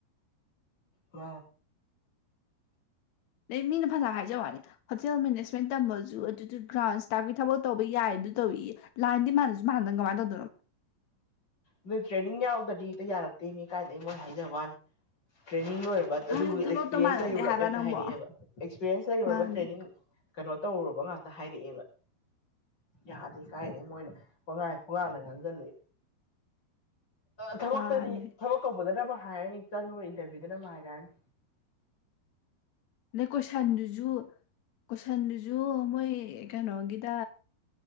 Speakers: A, on the left; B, on the left.
A: ꯎ
B: ꯑꯗꯩ ꯃꯤꯅ ꯐꯖꯅ ꯍꯥꯏꯖꯕꯅꯤ ꯍꯣꯇꯦꯜ ꯃꯦꯅꯦꯖꯃꯦꯟ ꯇꯝꯕꯁꯨ ꯑꯗꯨꯗ ꯒ꯭ꯔꯥꯎꯟꯁꯇꯥꯏꯞꯀꯤ ꯊꯕꯛ ꯇꯧꯕ ꯌꯥꯏ ꯑꯗꯨ ꯇꯧꯏ ꯂꯥꯏꯟꯗꯤ ꯃꯥꯥꯟꯅꯁꯨ ꯃꯥꯟꯅꯗꯅ ꯀꯃꯥꯏ ꯇꯧ
A: ꯑꯗꯨ ꯇ꯭ꯔꯦꯅꯤꯡ ꯌꯥꯎꯗꯗꯤ ꯀꯌꯥꯔ ꯃꯤ ꯀꯥꯏ ꯂꯩ ꯃ ꯍꯥꯏꯖ ꯇ꯭ꯔ ꯇꯅꯤꯡ ꯂꯣꯏꯔꯕ
B: ꯃꯥꯅ
A: ꯑꯗꯨꯒꯤ ꯑꯦꯛꯁꯄꯤꯔꯌꯦꯦꯟꯁ
B: ꯊꯕꯛꯇꯣ ꯃꯥꯟꯅꯗꯦ
A: ꯂꯩꯔꯨꯔꯕ
B: ꯍꯥꯏꯕ
A: ꯍꯦꯛꯇ
B: ꯅꯪꯕꯣ
A: ꯍꯥꯏꯅꯤꯡꯛꯑꯦꯕ ꯑꯦꯛꯁꯄꯤꯔꯌꯦꯦꯟꯁ ꯂꯩꯔꯨꯔꯕ
B: ꯃꯥꯅꯦ
A: ꯇ꯭ꯔꯦꯅꯤꯡ ꯀꯩꯅꯣ ꯇꯧꯔꯨꯔꯕ ꯉꯥꯛꯇ ꯍꯥꯏꯔꯛꯑꯦꯕ ꯌꯥꯗꯦ ꯀꯥꯏꯗꯩ ꯃꯣꯏꯅ ꯄꯉ ꯜꯂꯤ ꯊꯕꯛꯇꯗꯤ
B: ꯃꯥꯅꯦ
A: ꯊꯕꯛ ꯀꯧꯕꯗꯅꯕ ꯍꯥꯏꯔꯅꯤ ꯆꯪ ꯏꯟꯊꯕꯤꯗꯅ ꯍꯥꯏꯔꯅꯤ
B: ꯅꯗꯩ ꯀꯣꯏꯁꯟꯗꯨꯁꯨ ꯀꯣꯏꯁꯟꯗꯨꯁꯨ ꯃꯣꯏ ꯀꯩꯅꯣꯒꯤꯗ